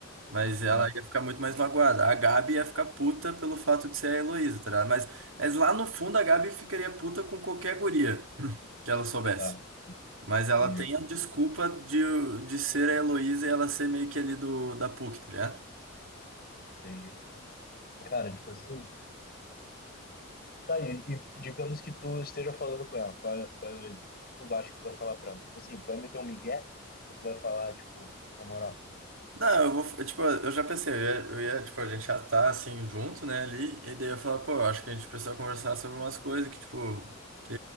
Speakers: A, on the right; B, on the left.
A: Mas
B: ah,
A: ela ia ficar muito mais magoada. A Gabi ia ficar puta pelo fato de ser a Heloísa, tá ligado? Mas, mas lá no fundo a Gabi ficaria puta com qualquer guria que ela soubesse.
B: tá,
A: Mas ela
B: entendi.
A: tem a desculpa de, de ser a Heloísa e ela ser meio que ali do, da PUC, tá ligado?
B: Peguei. Cara, tipo assim, tá, e, e digamos que tu esteja falando com ela, tu é, tu é Luísa, o que que tu acha que tu vai falar pra ela? Tipo assim, tu vai meter um migué, ou tu vai falar, tipo, na moral,
A: Não, eu vou. Tipo, eu já pensei, eu ia, eu ia, tipo, a gente já tá assim junto, né, ali. E daí eu ia falar, pô, eu acho que a gente precisa conversar sobre umas coisas que, tipo, que